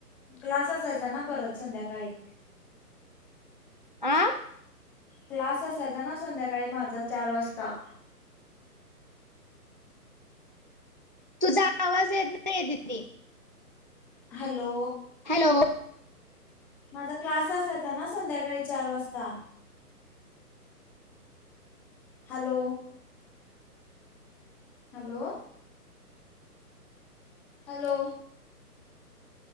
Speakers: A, in the centre; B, on the right.
A: क्लास असायचा ना परत संध्याकाळी.
B: आं
A: क्लास असायचा ना संध्याकाळी माझा चार वाजता.
B: तुझा आवाज येत नाईये दिदी.
A: हॅलो
B: हॅलो
A: माझा क्लास असायचा ना संध्याकाळी चार वाजता. Hello hello hello